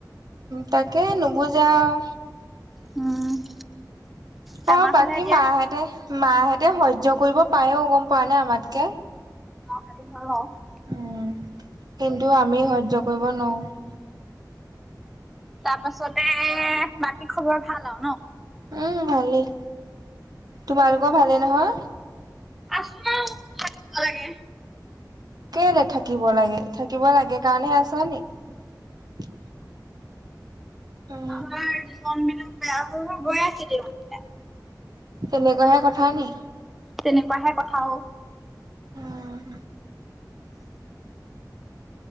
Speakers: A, on the right; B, in the centre.
A: তাকে নুবুজে আও।
B: উম, বেমাৰ
A: আৰু বাকী
B: হলে এতিয়া
A: মাহঁতে মাহঁতে সহ্য কৰিব পাযেও গম পোৱা নে আমাতকে।
B: <unintelligible>
A: উম, কিন্তু আমি সহ্য কৰিব নোৱাৰো।
B: তাৰ পাছতে বাকী খবৰ ভাল আও ন
A: উম ভালেই, তোমালোকৰ ভালেই নহয়।
B: আছো আৰু থাকিব লাগে।
A: কেলে থাকিব লাগে, থাকিব লাগে কাৰণেহে আছ নি। উম
B: আমাৰ কনমিলৌ বেয়া হৈ গৈ আছে দেখো।
A: তেনেকোৱাহে কথা নি।
B: তেনেকুৱাহে কথা ঔ।
A: উম,